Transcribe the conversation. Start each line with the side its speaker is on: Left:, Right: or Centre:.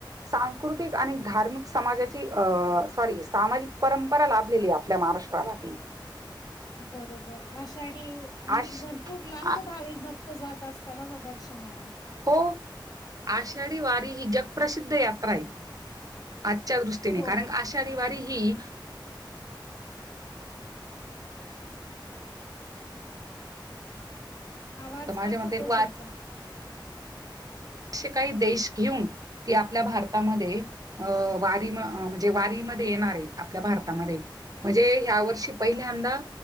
Right: सांस्कृतिक आणि धार्मिक समाजाची अ सॉरी सामाजिक परंपरा लाभलेली आपल्या महाराष्ट्र प त
Left: बरोबर आषाढ आणि
Right: आश
Left: भरपूर लाखो
Right: आ
Left: भाविक भक्त तर जात असता बघा दर्शनाला
Right: हो आषाढी वारी ही जगप्रसिद्ध यात्रा आहे आजच्या दृष्टीने
Left: हो
Right: कारण
Left: हो.
Right: आषाढी वारी ही
Left: आवाज
Right: तर माझ्या
Left: कट
Right: मते
Left: होतोय
Right: वारीचे
Left: तुमचा
Right: असे काही देश घेऊन ती आपल्या भारतामध्ये अ वारी म्हणजे वारीमध्ये येणार आहे आपल्या भारतामध्ये. म्हणजे ह्या वर्षी पहिल्यांदा